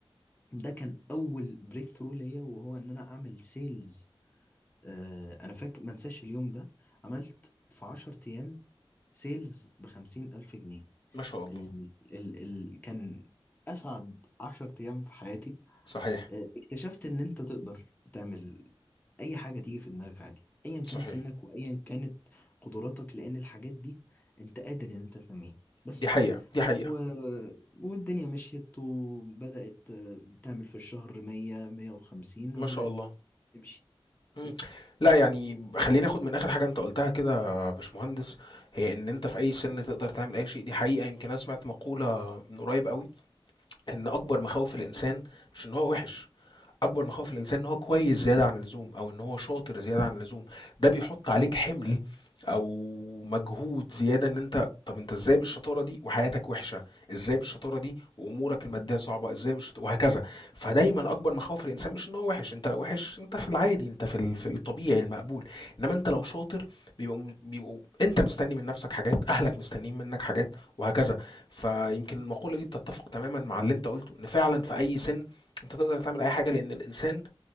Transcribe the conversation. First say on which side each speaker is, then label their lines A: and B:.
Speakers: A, on the left; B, on the left.
A: ده كان اول بريك ثرو ليا وهو ان انا اعمل سيلز آه انا فاكر ما انساش اليوم ده عملت في 10 ايام سيلز بخمسين الف جنيه
B: ما شاء الله،
A: ال ال ال كان اسعد 10 ايام في حياتي
B: صحيح،
A: آه، اكتشفت ان انت تقدر تعمل اي حاجة تيجي في دماغك عادي ايا
B: صحيح،
A: كان سنك وايا كانت قدراتك لان الحاجات دي انت قادر ان انت تنميها بس
B: دي حقيقة، دي حقيقة،
A: و... والدنيا مشيت وبدأت آه، تعمل في الشهر 100 150
B: ما
A: وبدأت
B: شاء الله،
A: تمشي
B: إمم،
A: بس
B: لأ يعني خلّيني آخد من آخر حاجة أنت قُلتها كده يا باشمهندس، هي إن أنت في أي سِن تقدر تعمل أي شيء، دي حقيقة، يمكن أنا سمعت مقولة من قريب أوي، إن أكبر مخاوف الإنسان مش إن هو وِحِش. اكبر مخاوف الانسان ان هو كويس زياده عن اللزوم او ان هو شاطر زياده عن اللزوم ده بيحط عليك حمل او مجهود زياده ان انت طب انت ازاي بالشطاره دي وحياتك وحشه ازاي بالشطاره دي وامورك الماديه صعبه ازاي بالشطاره وهكذا فدايما اكبر مخاوف الانسان مش ان هو وحش انت لو وحش انت في العادي انت في ال- في الطبيعي المقبول انما انت لو شاطر بيبقوا بيبقوا انت مستني من نفسك حاجات اهلك مستنيين منك حاجات وهكذا فيمكن المقوله دي بتتفق تماما مع اللي انت قلته ان فعلا في اي سن انت تقدر تعمل اي حاجه لان الانسان